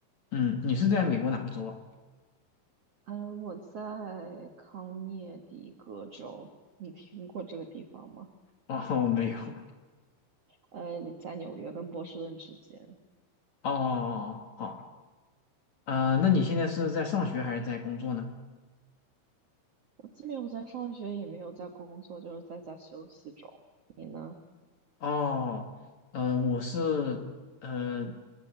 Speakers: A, on the left (about 55°); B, on the right (about 65°).
A: 嗯，你是在美国哪个州啊？
B: 呃，我在康涅狄格州，你听过这个地方吗？
A: 哦，没有，
B: 呃，在纽约跟波士顿之间。
A: 哦，好。啊、那你现在是在上学还是在工作呢？
B: 我既没有在上学，也没有在工作，就是在家休息中。你呢？
A: 哦，嗯、我是呃